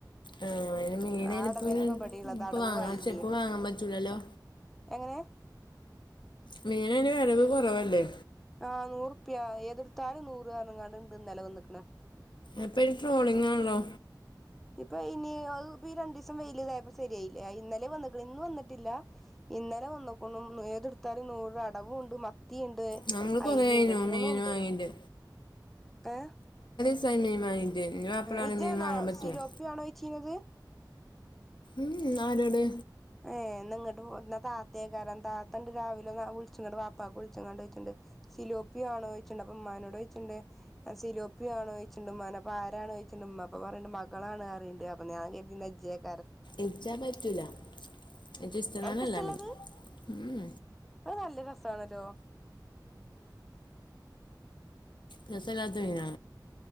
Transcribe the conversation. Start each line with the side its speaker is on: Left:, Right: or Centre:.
Left: ആ അയ്ന് മീനയ്നിപ്പം
Centre: ആ അടവന്നെപ്പ പടിയൊള്ളത്
Left: ഇപ്പൊ
Centre: അടവു
Left: വാങ്ങാ
Centre: അയിലേം.
Left: ഇപ്പൊ വാങ്ങാൻ പറ്റൂലല്ലോ
Centre: എങ്ങനെ?
Left: മീനയ്ന് വരവ് കൊറവല്ലേ.
Centre: ആ നൂറുപ്യ ഏതെടുത്താലും നൂറ്പറഞ്ഞ്ങ്ങാണ്ട് ഇന്നലെ വന്ന്‌ക്കണ്.
Left: എപ്പയി ട്രോളിംങ്ങാണല്ലോ.
Centre: ഇപ്പൊ ഇനി പ്പയി രണ്ടുസം വെയില് <unintelligible> ശരിയായില്ലേ ഇന്നലെ വന്നിക്കണ് ഇന്ന്‌ വന്നിട്ടില്ല. ഇന്നലെ വന്നോക്കുനു ഏതെടുത്താലും നൂറ് അടവുണ്ട് മത്ത് ത്തിയൊണ്ട്
Left: ഞങ്ങള് കൊറേ
Centre: അയിലെണ്ട്
Left: ആയിനു
Centre: മൂന്നുണ്ട്
Left: മീൻ വാങ്ങീട്ട്
Centre: ഏ?
Left: <inaudible> മാപ്പള പറയും
Centre: ഇജാണോ
Left: മീൻ വാങ്ങാൻ പറ്റൂല
Centre: സിലോപ്പിയണോയിച്ചിന്നത്?
Left: ഉം ആരോട്?
Centre: ഏ നിങ്ങോട്ട് പോരണ താത്തയാക്കാരം താ ത്തണ്ട് രാവിലെ ന വിളിച്ചുങ്ങാണ്ട്ചോയിച്ച്ണ്ട് വാപ്പ വിളിച്ചിങ്ങാണ്ട് ചോയിച്ചിണ്ട് സിലുപ്യയാണോയിച്ചണ്ട് അപ്പം ഉമ്മാനോട് ചോയിച്ചിണ്ട്. ആ സിലോപ്പിയ ആണോനോയിച്ചിണ്ട് ഉമ്മാനെ അപ്പ ആരാനോയിചിണ്ട്മ്മപ്പോ പറണ്ട് മകളാണ്ന്നറിയണ്ട് അപ്പൊ ഞാൻ വിചാരിച്ചു ന്നാ <unintelligible>
Left: എച്ചാൻ പറ്റൂല. ഇച്ച് ഇഷ്ടള്ളോനല്ല
Centre: എൻക്കിഷ്ടല്ലത്
Left: മീൻ ഉം
Centre: അത് നല്ല രസണല്ലോ.
Left: രസല്ലത്ത മീന.